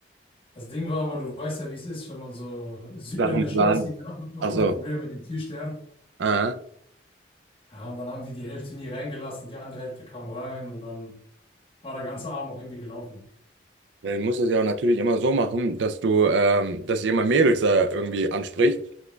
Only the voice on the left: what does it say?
Das Ding war aber, du weißt ja, wie es ist, wenn man so südländisch
aussieht, dann hat man oft
mal Probleme mit den Türstern.
Ja, und dann haben die die Hälfte nie reingelassen, die andere Hälfte kam rein und dann. war der ganze Abend auch irgendwie gelaufen.